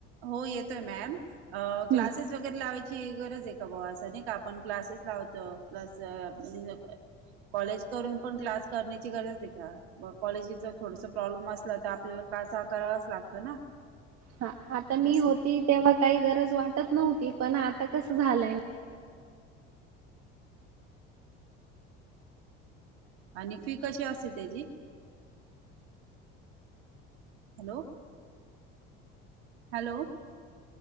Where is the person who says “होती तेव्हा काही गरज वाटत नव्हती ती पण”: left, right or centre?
Right